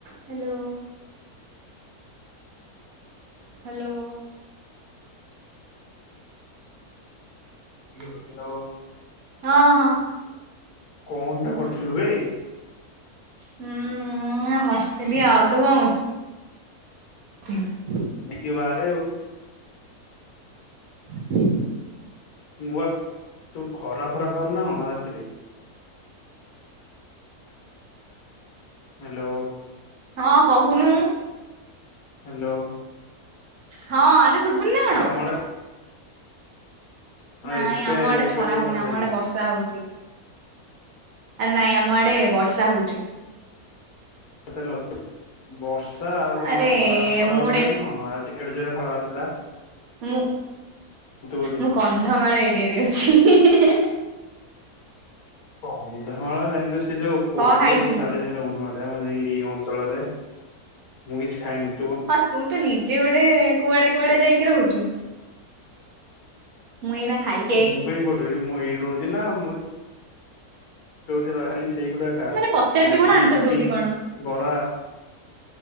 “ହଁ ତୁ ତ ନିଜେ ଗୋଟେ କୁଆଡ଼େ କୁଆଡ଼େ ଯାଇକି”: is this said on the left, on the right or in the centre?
Right